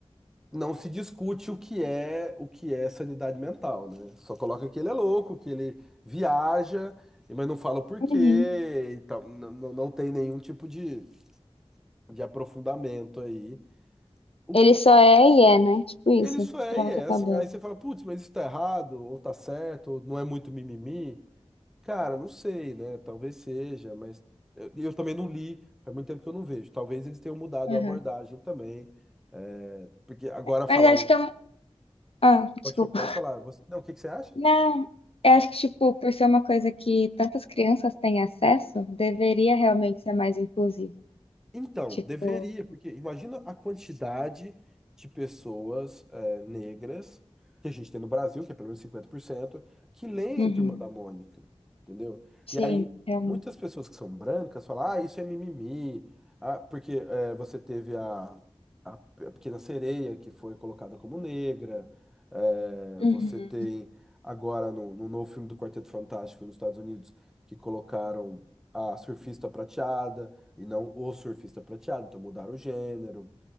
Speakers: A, in the centre; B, on the left.
A: não se discute o que é o que é sanidade mental, né? Só coloca que ele é louco, que ele viaja, mas não fala o porquê,
B: Uhum.
A: então não, não não tem nenhum tipo de, de aprofundamento aí. O
B: Ele
A: que
B: só é e é, né? Tipo isso.
A: ele só é
B: Pronto,
A: e é
B: acabou.
A: assim. Aí você fala, putz, mas isso tá errado, ou tá certo, ou não é muito mimimi. Cara, não sei, né? Talvez seja, mas eu, eu também não li, faz muito tempo que eu não vejo. Talvez eles tenham mudado
B: Uhum.
A: a abordagem também. é, porque agora falar.
B: Mas acho que é um... Ah, desculpa.
A: Pode, pode falar. Você, não, o que que você acha?
B: Não, eu acho que, tipo, por ser uma coisa que tantas crianças têm acesso, deveria realmente ser mais inclusivo.
A: Então,
B: Tipo,
A: deveria, porque imagina a quantidade de pessoas eh, negras que a gente tem no Brasil, que é pelo menos 50% que leem
B: Uhum.
A: Turma da Mônica, entendeu?
B: sim,
A: E aí,
B: realmente.
A: muitas pessoas que são brancas falam, ah, isso é mimimi, ah, porque eh, você teve a, a Pequena Sereia, que foi colocada como negra, eh,
B: Uhum.
A: você tem agora no, no novo filme do Quarteto Fantástico nos Estados Unidos, que colocaram a surfista prateada, e não o surfista prateado. Então mudaram o gênero.